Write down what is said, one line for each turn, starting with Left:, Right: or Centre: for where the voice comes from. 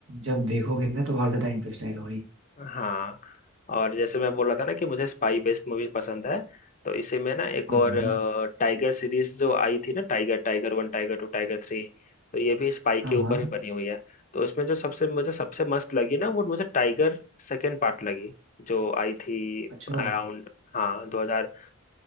Right: जब देखोगे ना तो और ज्यादा इंटरेस्ट आएगा भाई
Left: हाँ और जैसे मैं बोल रहा था ना कि मुझे स्पाई बेस्ड मूवी पसंद है तो इसी में ना एक
Right: हाँ
Left: और
Right: हाँ
Left: टाइगर सीरीज जो आई थी ना Tiger Tiger one Tiger two Tiger three तो ये भी स्पाई
Right: हाँ
Left: के ऊपर
Right: हाँ
Left: ही बनी हुई है तो इसमें जो सबसे मुझे सबसे मस्त लगी ना वो मुझे टाइगर सेकेंड पार्ट लगी जो आई थी
Right: अच्छा
Left: अराउंड हाँ दो हजार